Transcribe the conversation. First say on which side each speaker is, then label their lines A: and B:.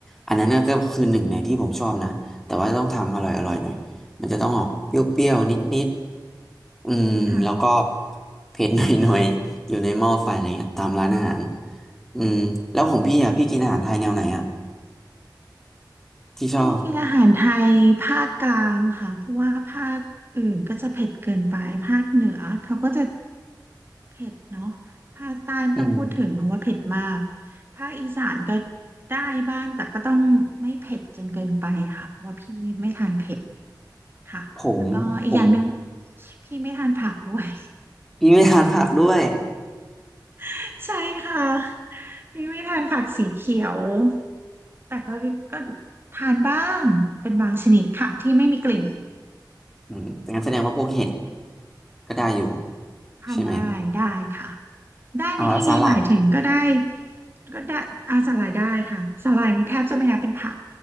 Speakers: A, in the centre; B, on the right (about 30°).
A: อันนั้นน่ะก็คือหนึ่งในที่ผมชอบนะแต่ว่าต้องทำอร่อยอร่อยหน่อยมันจะต้องออกเปรี้ยวๆนิดๆอืมแล้วก็
B: ค่ะ
A: เผ็ดหน่อยๆอยู่ในหม้อไฟอะไรเงี้ยตามร้านอาหารอืมแล้วของพี่อ่ะพี่กินอาหารไทยแนวไหนอ่ะที่ชอบ
B: ที่กินอาหารไทยภาคกลางค่ะเพราะว่าภาคอื่นก็จะเผ็ดเกินไปภาคเหนือเขาก็จะ เผ็ดเนาะภาคใต้ไม่ต้องพูดถึงเพราะว่าเผ็ดมาก
A: อืม
B: ภาคอีสานก็ได้บ้างแต่ก็ต้องไม่เผ็ดจนเกินไปค่ะเพราะว่าพี่ไม่ทานเผ็ดค่ะแล้วก็อีกอย่างหนึ่ง
A: ผมผม
B: พี่ไม่ทานผักด้วย
A: พี่ไม่ทานผักด้วย
B: <laughs> ใช่ค่ะพี่ไม่ทานผักสีเขียวแต่ก็ก็ทานบ้างเป็นบางชนิดค่ะที่ไม่มีกลิ่น
A: <laughs> อืมงั้นแสดงว่าพวกเห็ดก็ได้อยู่
B: ทานได้ได้ค่ะ
A: ใช่ไหม
B: ได้ในที่นี้หมายถึงก็ได้
A: เอาแล้วสลัด
B: ก็ได้อาสาหร่ายได้ค่ะสาหร่ายนี่แทบจะไม่นับเป็นผัก